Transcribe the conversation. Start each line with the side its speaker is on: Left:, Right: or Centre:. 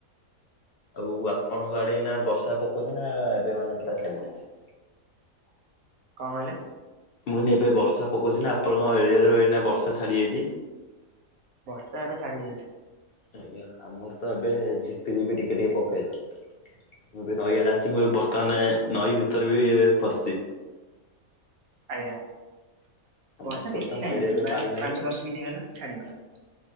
Left: ଆଉ ଆପଣଙ୍କ ଆଡେ ଏଇନା ବର୍ଷା ପକଉଚି ନା? ଆ, ଏବେ ମାନେ ପୁରା ଛାଡି ଯାଇଛି?
Right: କଣ କହିଲେ?
Left: ମୁଇଁନ ଏବେ ବର୍ଷା ପକଉଚି ନା ଆପଣଙ୍କ ଏରିଆରେ ବଷ ବର୍ଷା ଛାଡ଼ିଯାଇଛି।
Right: ବର୍ଷା ଏବେ ଛାଡି ଯାଇଛି।
Left: ଆଜ୍ଞା ଆମର ତ ଏବେ ଝିପିଝିପି ଟିକେ ଟିକେ ପକେଇଲା। ମୁଁ ଏବେ ନଈ ଆଡେ ଆସିଛି ମୁଁ ଏ ବର୍ତ୍ତମାନେ ନଈ ଭିତରେ ବି ଏବେ ପଶିଛି।
Right: ଆଜ୍ଞା।
Left: ଆମ
Right: ବର୍ଷା
Left: ଏପଟେ
Right: ବେଶି
Left: ତ ନଈରେ
Right: ନାହିଁ
Left: ଏବେ
Right: ବାସ
Left: ପାଣି ନାହିଁ।
Right: ପାଞ୍ଚ ଦଶ ମିନିଟ ହେଲା ଛାଡିଗଲା।